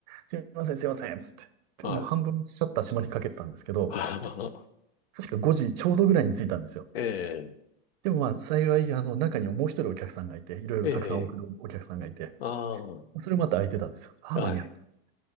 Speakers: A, on the right (about 50°); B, on the left (about 85°).
A: すいません、すいません、つって。
B: はい。
A: で、もう半分シャッター閉まりかけてたんですけど、
B: <laughs>
A: 確か5時ちょうどぐらいに着いたんですよ。
B: え
A: でもまあ幸い、あの中にもう一人お客さんがいて、いろいろたくさん送るお客さんがいて、
B: え。ええ。ああ。
A: それまた空いてたんですよ。ああ、
B: はい。
A: 間に合ったっつっ